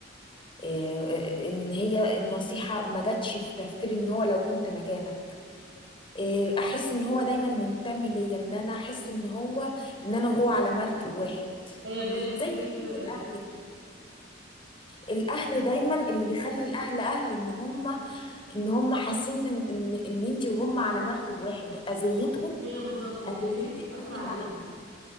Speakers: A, on the left (about 25°); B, on the right (about 70°).
A: آه، ان هي النصيحه ما جاتش في تفكيري ان هو لو كنت مكانك آه، احس ان هو دايما منتمي ليا ان انا احس ان هو ان انا وهو على مركب واحد
B: هي بجد الحاجات
A: زي فكره
B: دي حلوة أوي
A: الاهل كده الاهل دايما اللي بيخلي الاهل اهل ان هم ان هم حاسين ان ان انت وهم على مركب واحد اذيتهم
B: ايوه بالظبط يعني
A: اذيتك
B: عقليتك بتأثر
A: هتيجي
B: عليهم
A: على اذيتك